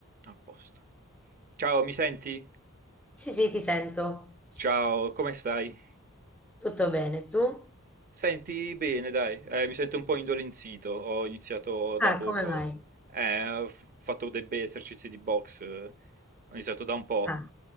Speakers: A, on the right; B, in the centre.
A: A posto. Ciao, mi senti?
B: Sì, sì, ti sento.
A: Ciao, come stai?
B: Tutto bene, tu?
A: Senti bene, dai. Eh, mi sento un po' indolenzito. Ho iniziato da
B: Ah,
A: poco.
B: come mai?
A: Eh, ho f- fatto dei bei esercizi di box. eh. Ho iniziato da un po'.
B: Ah,